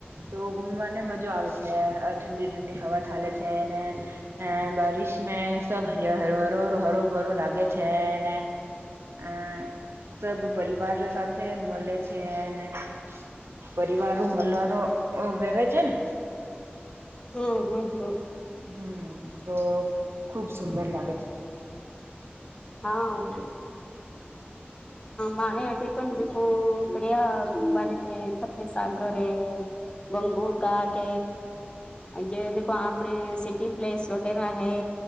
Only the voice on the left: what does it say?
હમ હમ હમ
હા તો માણજ <inaudible> પણ દખો બડિયા કુંભની તે ફતે સાગર હૈ ઘનઘોર ઘાટ હ જે આપણે સિટી પ્લેસ વગેરા હૈ